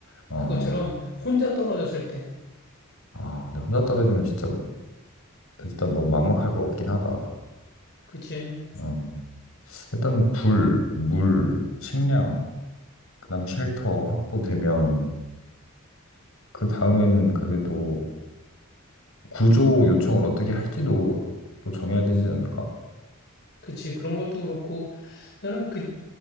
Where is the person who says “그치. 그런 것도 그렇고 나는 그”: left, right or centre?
Left